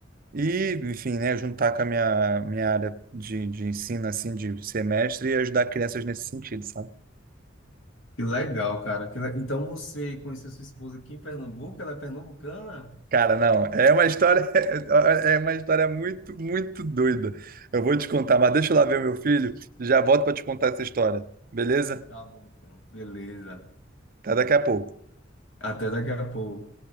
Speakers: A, on the right; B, on the left.
A: e, enfim, né, juntar com a minha minha área de, de ensino assim de semestre e ajudar crianças nesse sentido, sabe?
B: Que legal, cara. Que le- Então você conheceu sua esposa aqui em Pernambuco? Ela é pernambucana?
A: Cara, não, é uma história, <laughs> é uma história muito, muito doida. Eu vou te contar, mas deixa eu lá ver o meu filho, já volto para te contar essa história, beleza?
B: Tá bom, então. Beleza.
A: Até daqui a pouco.
B: Até daqui a pouco.